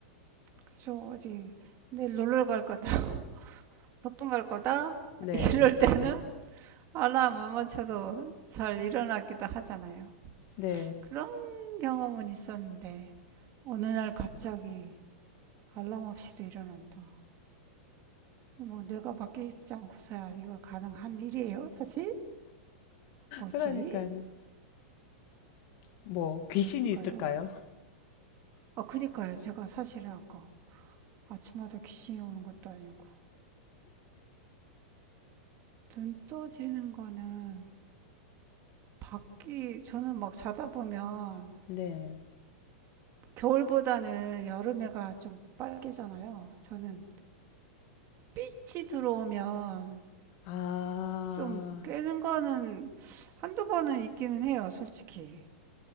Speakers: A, on the right (about 35°); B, on the left (about 50°).
A: 그쵸 어디 내일 놀러 갈 거다, <laughs> 소풍 갈 거다
B: 네,
A: 이럴 때는 알람 못 맞춰도 잘 일어나기도 하잖아요.
B: 네.
A: 그런 경험은 있었는데 어느 날 갑자기 알람 없이도 일어난다. 뭐 뇌가 바뀌지 않고서야 이거 가능한 일이에요, 사실? 뭐지?
B: 그러니까요. 뭐, 귀신이
A: 뭘까요?
B: 있을까요?
A: 아, 그니까요. 제가 사실은 아까 아침마다 귀신이 오는 것도 아니고 눈 떠지는 거는 밖이 저는 막 자다 보면
B: 네.
A: 겨울보다는 여름에가 좀 빨개잖아요. 저는 빛이 들어오면
B: 아,
A: 좀 깨는 거는 한두 번은 있기는 해요, 솔직히.